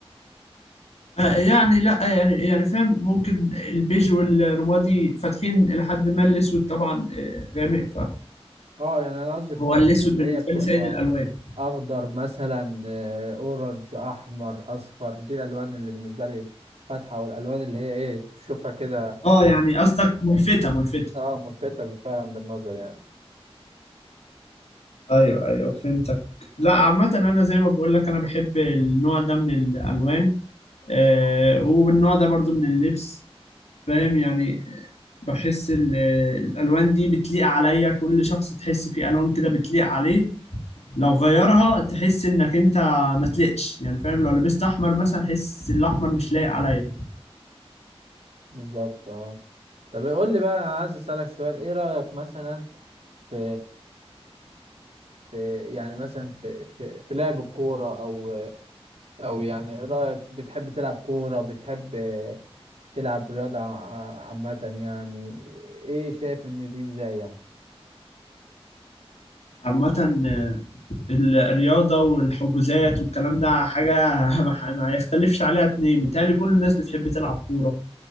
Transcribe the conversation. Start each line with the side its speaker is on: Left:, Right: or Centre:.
Left: آه، يعني لا يعني يعني فاهم ممكن البيج والرمادي فاتحين لحد ما الاسود طبعا آه، غامق
Right: اه يعني انا قصدي الفواتح
Left: فهو الاسود
Right: اللي
Left: بالنسبه
Right: هي بتبقى
Left: لي سيد الالوان
Right: اخضر مثلا آه، اورنج احمر اصفر دي الالوان اللي بالنسبه لي فاتحه والالوان اللي هي ايه تشوفها كده
Left: اه يعني قصدك ملفته ملفته
Right: اه ملفته فعلا بالنظر يعني
Left: ايوه ايوه فهمتك لا عامه انا زي ما بقول لك انا بحب النوع ده من الالوان آه، والنوع ده برضو من اللبس فاهم يعني بحس ال- الالوان دي بتليق عليا كل شخص تحس فيه الوان كده بتليق عليه لو غيرها تحس انك انت ما تلقش يعني فاهم لو لبست احمر مثلا تحس الاحمر مش لايق عليا
Right: بالظبط اه طب قول لي بقى أنا عايز اسالك سؤال ايه رايك مثلا في في يعني مثلا في في, في لعب الكوره او او يعني إيه رايك بتحب تلعب كوره بتحب تلعب رياضه ع- عامه يعني ايه شايف ان دي ازاي يعني
Left: عامة آه، ال- الرياضة والحجوزات والكلام ده حاجة <laughs> ما ما يختلفش عليها اتنين متهيألي كل الناس بتحب تلعب كورة